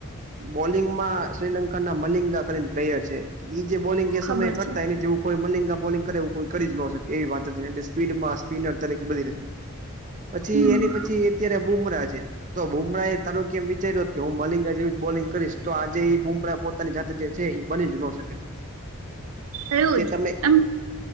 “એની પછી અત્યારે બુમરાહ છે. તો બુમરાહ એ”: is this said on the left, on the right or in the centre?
Right